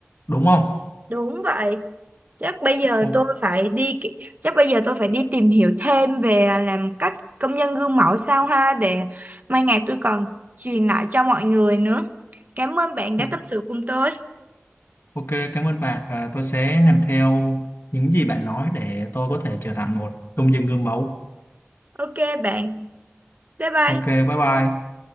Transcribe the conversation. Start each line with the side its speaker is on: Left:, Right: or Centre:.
Left: đúng không?
Right: đúng vậy chắc bây giờ
Left: O-
Right: tôi phải đi ki- chắc bây giờ tôi phải đi tìm hiểu thêm về làm cách công nhân gương mẫu sao ha để mai ngày tôi còn truyền lại cho mọi người nữa cảm ơn bạn đã
Left: o-
Right: tâm sự cùng tôi
Left: Ok, cảm ơn bạn và tôi sẽ làm theo những gì bạn nói để tôi có thể trở thành một công dân gương mẫu.
Right: ok bạn bye bye
Left: Ok, bye bye.